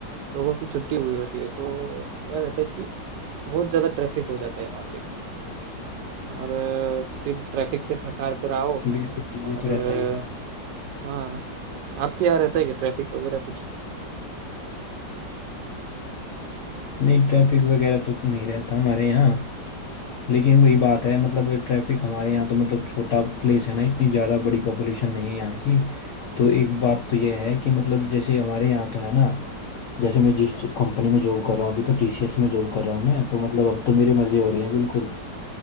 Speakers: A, on the right; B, on the left.
A: लोगों की छुट्टी हुई होती है तो क्या रहता है कि बहुत ज्यादा ट्रैफिक हो जाता है वहाँ पे और अ, फिर ट्रैफिक से थक हार कर आओ
B: बिल्कुल
A: और
B: ये तो रहता
A: अ,
B: ही है
A: हाँ आपके यहाँ रहता है कि ट्रैफिक वगैरह कुछ
B: नहीं ट्रैफिक वगैरह तो नहीं रहता हमारे यहाँ लेकिन वही बात है मतलब ट्रैफिक हमारे यहाँ तो मतलब छोटा प्लेस है ना इतनी ज़्यादा बड़ी पॉपुलेशन नहीं है यहाँ की तो एक बात तो ये है कि मतलब जैसे हमारे यहाँ तो है ना जैसे मैं जिस कंपनी में जॉब कर रहा हूँ अभी तो टीसीएस में जॉब कर रहा हूँ मैं तो मतलब अब तो मेरे मज़े हो रहे हैं बिल्कुल